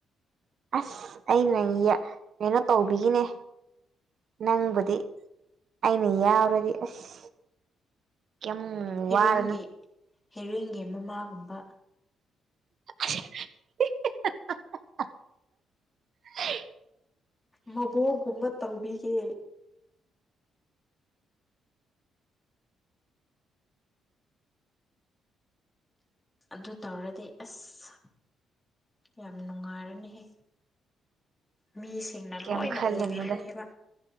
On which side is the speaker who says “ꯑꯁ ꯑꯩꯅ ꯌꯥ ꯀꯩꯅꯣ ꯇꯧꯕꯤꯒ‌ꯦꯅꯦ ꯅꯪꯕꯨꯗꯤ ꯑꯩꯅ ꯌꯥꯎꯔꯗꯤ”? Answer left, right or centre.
Right